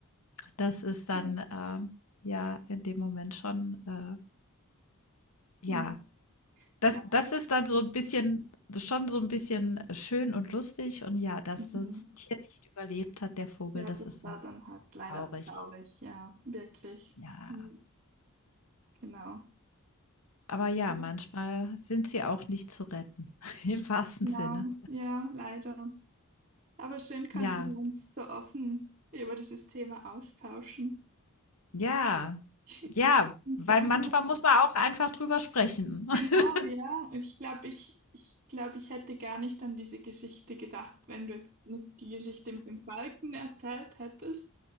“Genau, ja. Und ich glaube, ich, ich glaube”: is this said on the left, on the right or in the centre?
Right